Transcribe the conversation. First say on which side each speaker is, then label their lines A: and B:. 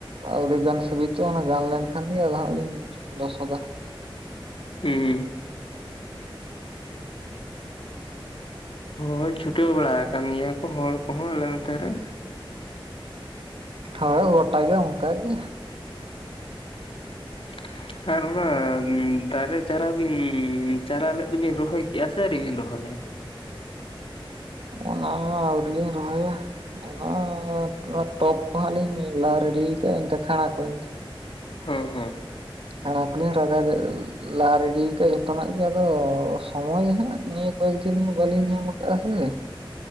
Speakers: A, on the right; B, on the left.
A: ᱟᱹᱣᱨᱤ ᱜᱟᱱ ᱥᱩᱵᱤᱛᱜᱚᱼᱚᱱᱟ ᱜᱟᱱ ᱞᱮᱱᱠᱷᱟᱱ ᱜᱮ ᱟᱫᱚ ᱦᱟᱜ ᱞᱤᱧ ᱞᱚᱥᱚᱫᱟ ᱦᱟᱸᱜ
B: ᱦᱩᱸ ᱦᱳᱭ ᱪᱷᱩᱴᱟᱹᱣ ᱵᱟᱲᱟ ᱠᱟᱱ ᱜᱮᱭᱟ ᱠᱚ ᱦᱚᱲ ᱠᱚᱦᱚᱸ ᱟᱞᱮ ᱱᱚᱛᱮ ᱨᱮ
A: ᱦᱚᱭ ᱜᱚᱴᱟᱜ ᱜᱮ ᱚᱱᱠᱟ ᱜᱮ
B: <inaudible> ᱟᱨ ᱚᱱᱟ ᱫᱟᱨᱮ ᱪᱟᱨᱟ ᱵᱤᱱ ᱪᱟᱨᱟ ᱞᱮᱫ ᱫᱚᱵᱤᱱ ᱨᱚᱦᱚᱭ ᱠᱮᱜᱼᱟ ᱥᱮ ᱟᱹᱣᱨᱤ ᱵᱤᱱ ᱨᱚᱦᱚᱭᱟ?
A: ᱚᱱᱟ ᱢᱟ ᱟᱹᱣᱨᱤ ᱞᱤᱧ ᱨᱚᱦᱚᱭᱟ ᱚᱱᱟ ᱴᱚᱵ ᱠᱚᱦᱟᱸ ᱞᱤᱧ ᱞᱟ ᱨᱮᱰᱤ ᱠᱟᱜᱼᱟ ᱮᱱᱛᱮ ᱠᱷᱟᱸᱲᱟ ᱠᱷᱚᱸᱲᱮ ᱠᱚ
B: ᱦᱮᱸ ᱦᱮᱸ
A: <unintelligible> ᱞᱟ ᱨᱮᱰᱤ ᱠᱟᱫ ᱡᱚᱛᱚᱱᱟᱜ ᱜᱮ ᱟᱫᱚ ᱥᱚᱢᱚᱭ ᱜᱮ ᱦᱟᱜ ᱱᱤᱭᱟᱹ ᱠᱚᱭᱮᱠ ᱫᱤᱱ ᱵᱟᱹᱞᱤᱧ ᱧᱟᱢ ᱠᱟᱜ ᱟ ᱥᱮ